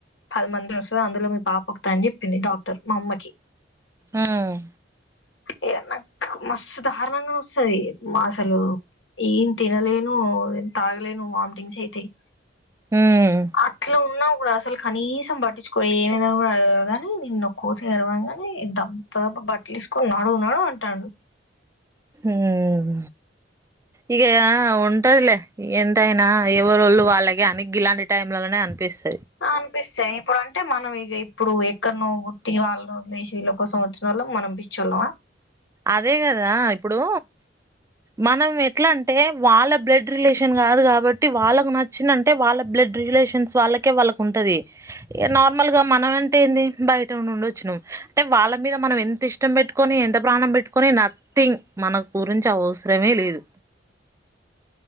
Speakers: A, on the left; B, on the right.
A: పది మంది ఒస్తది అందులో మీ పాప ఒకతని చెప్పింది డాక్టర్ మా అమ్మకి
B: ఉమ్
A: ఇగ నాకు మస్తు దారుణంగా నొస్తది అసలు ఏం తినలేం ను తాగలేను వామిటింగ్స్ అయితాయి
B: ఉమ్
A: అట్లా ఉన్నా కూడా అసలు కనీసం పట్టించుకో ఏమైనా కూడా అడగరుగాని నిన్న కోతి కర్వంగానే తప్ దబ దబ బట్టలేసుకొని నడువు నడువు అంటాడు
B: ఉమ్ ఇగ ఉంటదిలే ఎంతయినా ఎవరోళు వాళ్ళగే అని గీలాంటి టైమ్లలోనే అనిపిస్తది
A: అనిపిస్తాయి ఇప్పుడు అంటే మనం ఇగ ఇప్పుడు ఎక్కడ నువ్వు పుట్టి వాళ్ళు లేసి వీళ్ళ కోసం వచ్చినోళం మనం పిచ్చిల్లమా
B: అదే కదా ఇప్పుడు మనం ఎట్లా అంటే వాళ్ళ బ్లడ్ రిలేషన్ కాదు కాబట్టి వాళ్ళకు నచ్చిందంటే వాళ్ళ బ్లడ్ రిలేషన్స్ వాళ్ళకే వాళ్ళకు ఉంటది ఇ నార్మల్ గా మనం అంటే ఏంది బయట నుండి వచ్చినం అంటే వాళ్ళ మీద మనం ఎంత ఇష్టం పెట్టుకొని ఎంత ప్రాణం పెట్టుకోని నథింగ్ మనకు గురించి అవసరమే లేదు